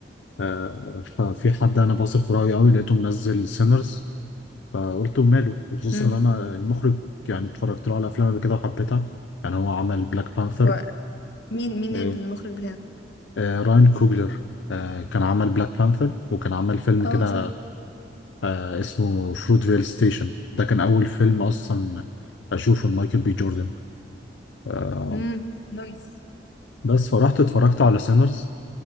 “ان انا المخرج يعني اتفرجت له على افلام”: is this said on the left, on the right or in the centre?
Left